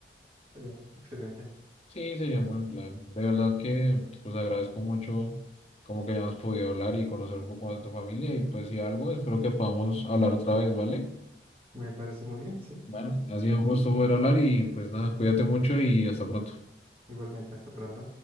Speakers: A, on the right; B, on the left.
A: Pero ya, excelente.
B: Sí, sería un buen plan. De verdad que pues agradezco mucho como que hayamos podido hablar y conocer un poco más de tu familia y pues si algo, espero que podamos hablar otra vez, ¿vale?
A: Me parece muy bien, sí.
B: Bueno, ha sido un gusto poder hablar y pues nada, cuídate mucho y hasta
A: Igu-
B: pronto.
A: Igualmente, hasta pronto.